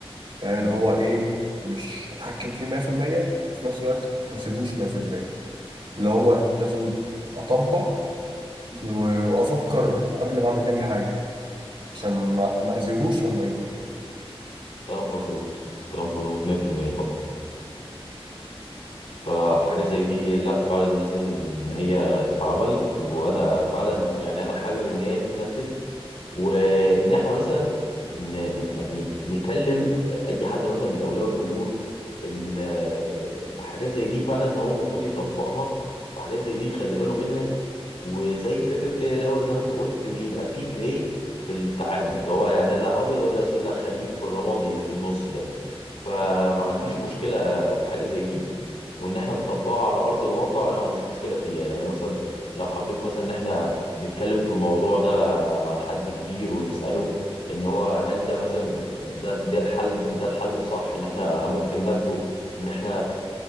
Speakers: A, on the right; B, on the left.
A: يعني
B: امم
A: اللي هو إيه مش أتحكم فيه 100% في المية، في نفس الوقت ما سيبوش 100% اللي هو لازم أطبق و- وأفكر قبل ما أعمل أي حاجة عشان ما ما أذيهوش لما يكبر
B: كلامك مظبوط كلامك مظبوط 100% طبعا فحاجه زي دي لا فعلا لازم ان هي تتعمل وانا فعلا يعني انا حابب ان هي تتنفذ وان احنا مثلا ن- يعني نكلم اي حد مثلا من اولياء الامور ان آه، حاجات زي دي فعلا هو المفروض يطبقها وحاجات زي دي خلي باله منها وزي فكره كده اللي هو زي ما انت قلت اللي يبقى فيه جراي في التعامل اللي هو يعني لا ابيض ولا اسود لا خليك في الرمادي اللي في النص ده فما عنديش مشكله في حاجه زي دي وان احنا نطبقها على ارض الواقع انا ما عنديش مشكله فيها يعني مثلا لو حبيت مثلا ان احنا نتكلم في الموضوع ده مع حد كبير ونساله ان هو هل ده مثلا ده ده الحل ده الحل الصح ان احنا ممكن ناخده ان احنا